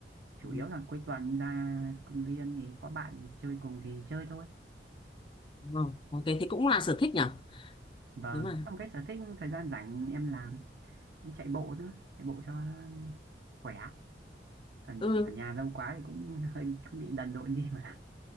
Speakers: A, on the right (about 75°); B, on the left (about 30°).
A: chủ
B: ừ,
A: yếu là cuối tuần ra công viên thì có bạn chơi cùng thì chơi thôi
B: ờ, ok thế cũng là sở thích nhỉ
A: Vâng,
B: nếu mà
A: cũng là một cái sở thích thời gian rảnh em làm, em chạy bộ nữa, chạy bộ cho khỏe. Ở,
B: ừ
A: ở nhà lâu quá thì cũng <laughs> hơi cũng bị đần độn đi mà.